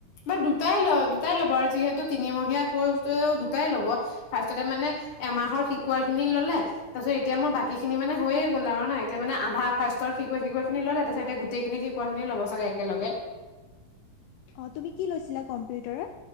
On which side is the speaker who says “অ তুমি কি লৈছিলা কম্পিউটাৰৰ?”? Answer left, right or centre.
Left